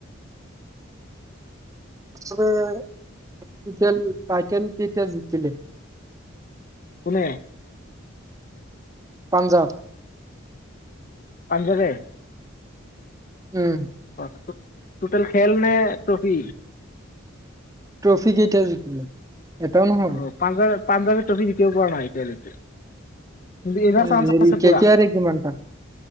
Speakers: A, on the right (about 15°); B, on the left (about 40°).
A: চবেই টিতেন টাইটেন এতিয়া জিকিলে।
B: কোনে?
A: পাঞ্জাৱ।
B: সেই চবেই
A: উম্।
B: অ-টো-টোটেল খেল নে ট্ৰফী?
A: ট্ৰফী কেইটা জিকিলে? এটাও নহয়
B: অ পাঞ্জাৱ। পাঞ্জাৱে ট্ৰফি জিকিব পৰা নাই এতিয়ালৈকে। কিন্তু এইবাৰ
A: এ
B: চান্স
A: হেৰি
B: আছে পুৰা।
A: কে কে আৰে কিমানটা